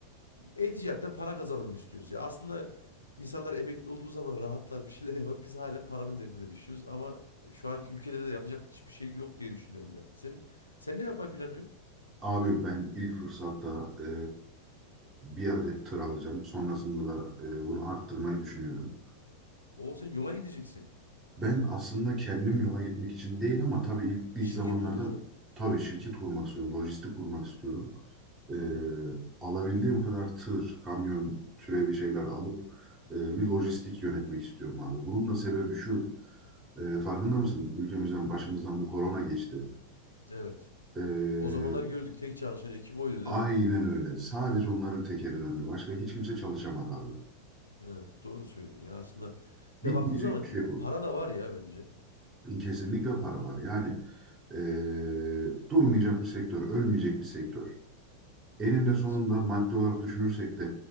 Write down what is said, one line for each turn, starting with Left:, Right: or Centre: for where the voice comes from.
Left: E-ticaretten para kazanalım istiyoruz ya. Aslında insanlar emekli olduğu zaman rahatlar bir şeyler yapar. Biz hala paranın derdine düşüyoruz ama şu anki ülkede de yapacak hiçbir şey yok diye düşünüyorum ya. Sen sen ne yapmayı planlıyorsun?
Right: Abi ben ilk fırsatta eee, bir adet tır alacağım. Sonrasında da eee, bunu arttırmayı düşünüyorum.
Left: Oo sen yola gideceksin.
Right: Ben aslında kendim yola gitmek için değil ama tabii ilk, ilk
Left: Şirket
Right: zamanlarda
Left: mi kuracaksın?
Right: tabii şirket kurmak istiyorum, lojistik kurmak istiyorum. Ee,
Left: Hı hı.
Right: alabildiğim kadar tır, kamyon türevi şeyler alıp e, bir lojistik
Left: Hı hı.
Right: yönetmek istiyorum abi. Bunun da sebebi şu, e, farkında mısın? Ülkemizden başımızdan bir korona geçti.
Left: Evet.
Right: Ee,
Left: O zamanlar gördük tek çalışan ekip oydu
Right: aynen
Left: değil mi?
Right: öyle. Sadece onların tekeri döndü. Başka hiç kimse çalışamadı abi.
Left: Evet, doğru söylüyorsun ya aslında.
Right: Bitmeyecek
Left: Ya baktığın zaman
Right: bir şey bu.
Left: para da var ya bence.
Right: Kesinlikle para var. Yani eee, durmayacak bir sektör, ölmeyecek bir sektör. Eninde
Left: Evet.
Right: sonunda maddi olarak düşünürsek de